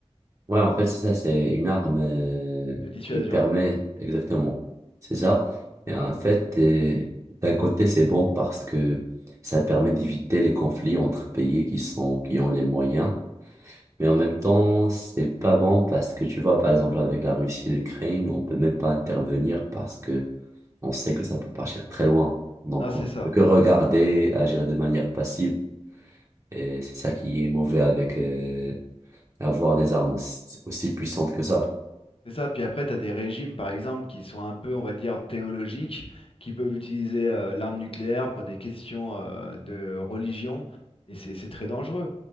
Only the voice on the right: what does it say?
Ouais, en fait, c'est ça, c'est une arme, euh,
qui permet, exactement, c'est ça. Et en fait, euh, d'un côté, c'est bon parce que ça permet d'éviter les conflits entre pays qui sont, qui ont les moyens. Mais en même temps, c'est pas bon parce que tu vois, par exemple, avec la Russie et l'Ukraine, on peut même pas intervenir parce que on sait que ça peut partir très loin. Donc,
on
peut que regarder, agir de manière passive. Et c'est ça qui est mauvais avec euh, avoir des armes aussi, aussi puissantes que ça.